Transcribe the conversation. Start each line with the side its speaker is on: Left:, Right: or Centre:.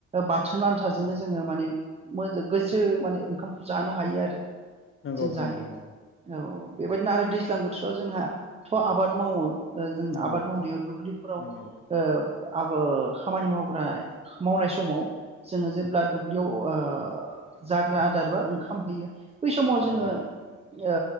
Right: बाथोन आनथाजोंनो जोङो माने मो-गोसो माने ओंखामखो जानो हायो आरो।
Left: नंगौ
Right: जों
Left: नोंथां
Right: जायो
Left: नंगौ नोंथां
Right: औ बेबायदिनो आरो दैज्ल दैज्लां बोथोराव जोंहा थ आबाद मावो। ओ जों
Left: नंगौ
Right: आबाद मावनायाव दुब्लिफोराव
Left: नंगौ
Right: ओ आबो खामानि माव बोनाय मावनाय समाव जोङो जेब्ला दुब्लियाव ओ जाग्रा आदार बा ओंखाम होयो बै समाव जोङो
Left: नंगौ
Right: ओ